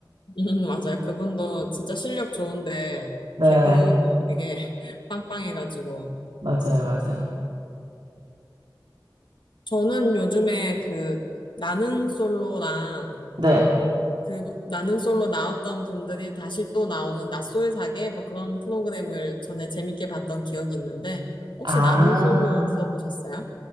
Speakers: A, on the left; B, on the right.
A: <laughs> 맞아요. 그분도 진짜 실력 좋은데,
B: 네,
A: 개그도 되게 <laughs> 빵빵해가지고.
B: 맞아요, 맞아요.
A: 저는 요즘에 그, 나는 솔로랑,
B: 네.
A: 그, 나는 솔로 나왔던 분들이 다시 또 나오는 낯설 사계, 뭐 그런 프로그램을 전에 재밌게 봤던 기억이 있는데, 혹시
B: 아,
A: 나는 솔로 들어보셨어요?